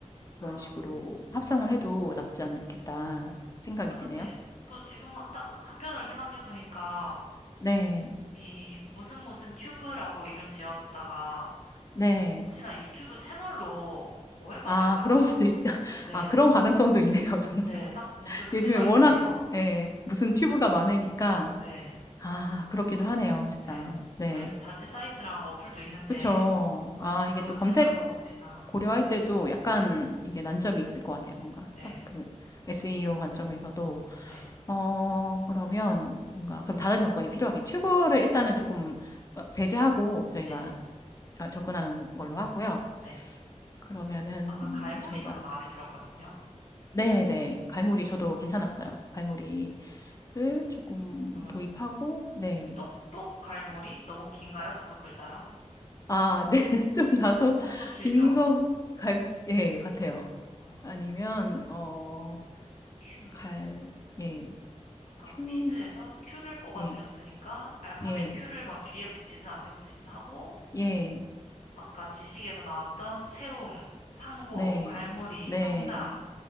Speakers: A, on the left (about 30°); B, on the left (about 85°).
A: 그런
B: 아,
A: 식으로 합성을 해도 나쁘지 않겠다
B: 네.
A: 생각이
B: 그런데
A: 드네요.
B: 또 지금 딱 한편으로 생각해 보니까
A: 네,
B: 이 무슨 무슨 튜브라고 이름 지었다가
A: 네.
B: 어, 혹시나 유튜브 채널로 오해받을까
A: 아, 그럴
B: 봐.
A: 수도 있다. <laughs>
B: 네.
A: 아, 그런 가능성도 있네요, 정말.
B: 네.
A: <laughs>
B: 딱 문득 그
A: 요즘에
B: 생각이
A: 워낙,
B: 드네요.
A: 예, 무슨 튜브가 많으니까.
B: 네.
A: 아, 그렇기도 하네요, 진짜.
B: 네.
A: 네.
B: 저희는 자체 사이트랑 어플도 있는데
A: 그쵸. 아,
B: 유튜브
A: 이게 또 검색
B: 채널로 혹시나
A: 고려할 때도 약간 이게 난점이 있을 것 같아요. 뭔가
B: 네,
A: 딱 그 SEO 관점에서도.
B: 네.
A: 어, 그러면 뭔가, 그럼 다른
B: 지금까지.
A: 접근이 필요하긴. 튜브를 일단은 조금 어, 배제하고 저희가
B: 네,
A: 어, 접근하는 걸로 하고요.
B: 네.
A: 그러면은
B: 아까 갈무리
A: 저희가,
B: 저는 마음에 들었거든요.
A: 네네. 갈무리 저도 괜찮았어요. 갈무리를 조금
B: 그러면
A: 도입하고, 네.
B: 똑똑 갈무리 너무 긴가요? 다섯 글자라?
A: 아, 네. <laughs> 좀 다소
B: 좀, 좀 길죠?
A: 긴 거, 갈, 예, 같아요.
B: 어,
A: 아니면 어,
B: Q.
A: 갈, 예,
B: 아까
A: 큐,
B: 퀴즈에서 Q를 뽑아주셨으니까
A: 예,
B: 알파벳
A: 예,
B: Q를 뭐 뒤에 붙이든 앞에 붙이든 하고
A: 예,
B: 아까 지식에서 나왔던 채움, 창고,
A: 네,
B: 갈무리,
A: 네,
B: 성장